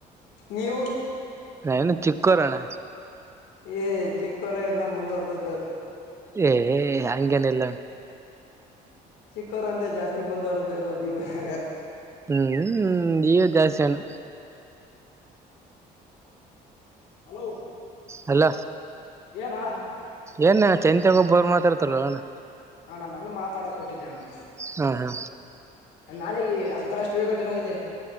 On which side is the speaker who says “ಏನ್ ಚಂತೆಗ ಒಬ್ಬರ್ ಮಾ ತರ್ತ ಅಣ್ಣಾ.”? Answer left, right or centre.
Right